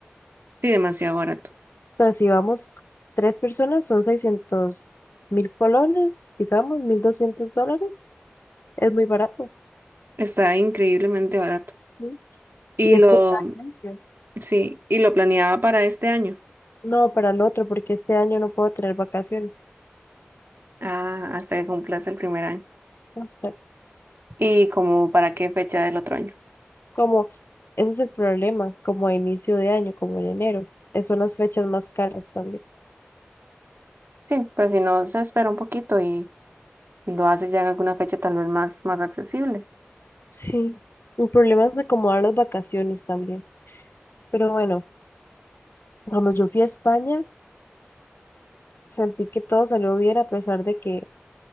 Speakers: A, on the right (about 60°); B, on the left (about 60°).
A: Y demasiado barato.
B: Entonces, si vamos tres personas, son seiscientos mil colones, digamos, 1.200 dólares. Es muy barato.
A: Está increíblemente barato.
B: ¿sí?
A: Y
B: Y
A: lo,
B: es como una ganancia.
A: sí, y lo planeaba para este año.
B: No, para el otro, porque este año no puedo tener vacaciones.
A: Ah, hasta que cumplas el primer año.
B: Exacto.
A: ¿Y como para qué fecha del otro año?
B: Como, ese es el problema, como a inicio de año, como en enero. es Son las fechas más caras también.
A: Sí, pues si no, se espera un poquito y, y lo haces ya en alguna fecha tal vez más, más accesible.
B: Sí. El problema es de acomodar las vacaciones también. Pero bueno, cuando yo fui a España, sentí que todo salió bien a pesar de que